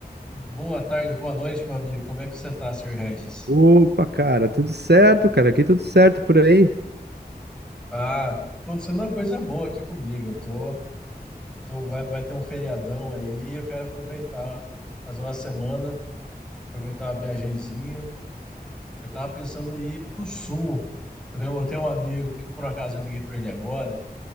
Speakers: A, in the centre; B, on the right (about 85°).
A: Boa tarde, boa noite, meu amigo. Como é que você tá, Sr. Regis?
B: Opa, cara, tudo certo, cara. Aqui tudo certo por aí.
A: Ah, tá acontecendo uma coisa boa aqui comigo. Eu tô, tô- vai, vai ter um feriadão aí e eu quero aproveitar, fazer uma semana, aproveitar uma viagenzinha. Eu tava pensando em ir pro sul. Eu tenho, eu tenho um amigo que por acaso eu liguei para ele agora,